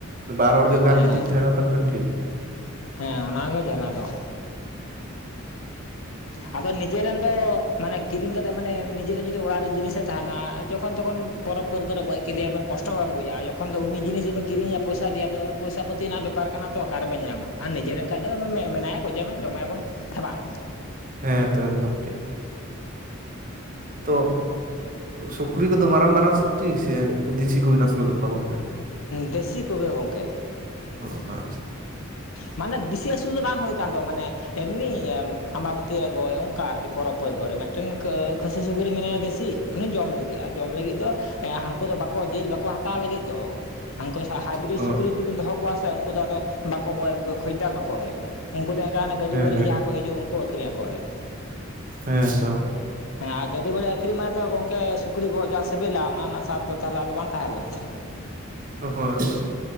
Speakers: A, on the right; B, on the left.
A: ᱵᱟᱨ ᱦᱚᱲ ᱧᱚᱜ
B: ᱦᱮᱸ
A: ᱜᱟᱱ ᱡᱩᱫᱤᱢ ᱛᱟᱦᱮᱱᱟ ᱛᱟᱦᱚᱞᱮ ᱠᱷᱟᱱ ᱴᱷᱤᱠ ᱜᱮᱮᱭᱟ
B: ᱦᱮᱸ ᱚᱱᱟ ᱜᱮ ᱡᱟᱞᱟ ᱫᱚ ᱟᱫᱚ ᱱᱤᱡᱮᱨᱮᱱ ᱫᱚ ᱢᱟᱱᱮ ᱠᱤᱨᱤᱧ ᱠᱟᱛᱮ ᱢᱟᱱᱮ ᱱᱤᱡᱮᱱ ᱡᱩᱫᱤ ᱚᱲᱟᱜ ᱨᱮᱱ ᱡᱤᱱᱤᱥᱮ ᱛᱟᱦᱮᱸᱱᱟ ᱡᱚᱠᱷᱚᱱ ᱛᱚᱠᱷᱚᱱ ᱯᱚᱨᱽ ᱯᱟᱹᱨ ᱠᱚᱨᱮ ᱜᱚᱡᱽ ᱠᱮᱫᱮᱭᱟᱵᱮᱱ ᱠᱚᱴᱚ ᱵᱟᱝ ᱵᱩᱡᱟ ᱡᱚᱠᱷᱚᱱ ᱜᱮ ᱩᱱᱤ ᱡᱤᱱᱤᱥ ᱜᱮᱵᱤᱱ ᱠᱤᱨᱤᱧᱮᱭᱟ ᱯᱚᱭᱥᱟ ᱫᱮᱭᱚ ᱟᱫᱚ ᱯᱚᱭᱥᱟ ᱯᱟᱹᱛᱤ ᱨᱮᱱᱟᱜ ᱵᱮᱯᱟᱨ ᱠᱟᱱᱟ᱾ ᱛᱚ ᱚᱠᱟᱨᱮᱵᱚᱱ ᱧᱟᱢᱟ ᱟᱨ ᱱᱤᱡᱮᱨᱮᱱ ᱠᱷᱟᱱ ᱫᱚ ᱢᱮᱱᱟᱭᱟ ᱜᱚᱡᱮ ᱢᱟ ᱡᱚᱢᱮᱭᱟᱵᱚᱱ ᱥᱮ ᱵᱟᱝ
A: ᱦᱮᱸ ᱛᱚ ᱮᱠᱫᱚᱢ ᱴᱷᱤᱠ ᱛᱚ ᱥᱩᱠᱨᱤ ᱠᱚᱫᱚ ᱢᱟᱨᱟᱝ ᱢᱟᱨᱟᱝ ᱥᱩᱠᱨᱤ ᱥᱮ ᱩᱱᱠᱩ ᱫᱤᱥᱤ ᱠᱚᱵᱤᱱ ᱟᱹᱥᱩᱞ ᱠᱟᱜ ᱠᱚᱣᱟ ᱜᱚᱝᱠᱮ?
B: ᱫᱮᱥᱤ ᱠᱚᱜᱮ ᱜᱚᱝᱠᱮ
A: ᱚ ᱟᱪᱪᱷᱟ
B: ᱢᱟᱱᱮ ᱵᱮᱥᱤ ᱟᱹᱥᱩᱞ ᱫᱚ ᱵᱟᱝ ᱦᱩᱭ ᱟᱠᱟᱱ ᱫᱚ ᱢᱟᱱᱮ ᱮᱢᱱᱤ ᱟᱢᱵᱟᱵᱚᱛᱤ ᱨᱮ ᱜᱚᱡ ᱚᱱᱠᱟ ᱟᱨᱠᱤ ᱯᱚᱨᱚᱵᱽ ᱯᱚᱨ ᱠᱚᱨᱮ ᱢᱤᱫᱴᱮᱱ ᱠᱷᱟᱹᱥᱤ ᱥᱩᱠᱨᱤ ᱢᱮᱱᱟᱭᱟ ᱫᱮᱥᱤ ᱩᱱᱤ ᱡᱚᱢ ᱞᱟᱹᱜᱤᱫ ᱟᱨ ᱡᱚᱢ ᱞᱟᱹᱜᱤᱫ ᱫᱚ ᱦᱮᱸ ᱦᱟᱹᱠᱩ ᱫᱚ ᱵᱟᱠᱚ ᱡᱤᱞ ᱵᱟᱠᱚ ᱦᱟᱛᱟᱣ ᱞᱟᱹᱜᱤᱫ ᱫᱚ ᱩᱱᱠᱩ ᱦᱟᱭᱵᱨᱤᱰ
A: ᱚ
B: ᱥᱩᱠᱨᱤ ᱡᱩᱫᱤ ᱵᱚᱱ ᱫᱚᱦᱚ ᱠᱚᱣᱟ ᱥᱮ ᱩᱱᱠᱩ ᱫᱚ ᱟᱫᱚ ᱵᱟᱠᱚ ᱠᱷᱡᱽᱫᱟᱨ ᱵᱟᱠᱚ ᱦᱩᱭᱩᱜᱼᱟ᱾ ᱩᱱᱠᱩ ᱫᱚ ᱮᱱᱠᱟᱱ ᱜᱟᱹᱰᱤ
A: ᱦᱮᱸ
B: ᱵᱟᱹᱞᱤ ᱡᱟᱦᱟᱸ ᱠᱚ ᱦᱤᱡᱩᱜᱼᱟ ᱩᱱᱠᱩ ᱟᱹᱠᱷᱨᱤᱧ ᱟᱠᱚ ᱦᱩᱭᱩᱜᱼᱟ᱾
A: ᱦᱮᱸ ᱛᱚ
B: ᱦᱮᱸ ᱟᱨ ᱜᱟᱹᱰᱤ ᱵᱷᱟᱹᱭ ᱟᱹᱠᱷᱨᱤᱧ ᱢᱟᱭ ᱛᱚ ᱜᱚᱢᱠᱮ ᱥᱩᱠᱨᱤ ᱵᱚᱦᱚᱜ ᱡᱟᱦᱟᱸ ᱥᱤᱵᱤᱞᱟ ᱚᱱᱟ ᱨᱮᱱᱟᱜ ᱥᱟᱵ ᱫᱚ ᱛᱟᱦᱚᱞᱮ ᱟᱫᱚ ᱵᱟᱝ ᱛᱟᱦᱮᱸ ᱞᱮᱱᱟ ᱛᱚ
A: <unintelligible>